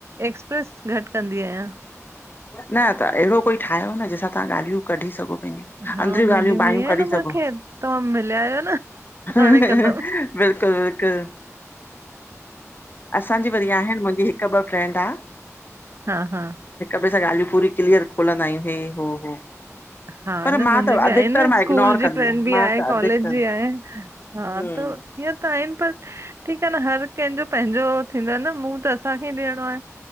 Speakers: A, on the right; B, on the left.
A: एक्सप्रेस घट कंदी आहियां।
B: न अदा अहिड़ो कोई ठाहियो न जंहिंसां तव्हां ॻाल्हियूं कढी सघो। पंहिंजी
A: हा
B: अंदरियूं
A: मिली
B: ॻाल्हियूं
A: वई
B: बाहियूं
A: आहियां
B: कढी
A: न मां,
B: सघो।
A: तव्हां मिलिया आहियो न।
B: बिल्कुलु
A: हाणे कंदम
B: बिल्कुलु असांजी वरी आहिनि मुंहिंजी हिकु ॿ फ्रेंंड आ
A: हा-हा
B: स ॻाल्हियूं पूरी क्लीअर खोलंदा आहियूं हे हो हो।
A: हा
B: पर
A: न
B: मां
A: मुंहिंजी
B: त
A: बि
B: अधिकतर
A: आहे न
B: मां
A: स्कूल
B: इग्नोर
A: जी
B: कंदी
A: फ्रेंड
B: आहियां
A: बि
B: मां
A: आहे
B: त
A: कॉलेज
B: अधिकतर
A: जी आहे। हा
B: हम्म
A: त इअ त आहिनि पर ठीकु आहे न हर कंहिंजो पंहिंजो थींदो आहे न मुंह त असांखे ई ॾियणो आहे।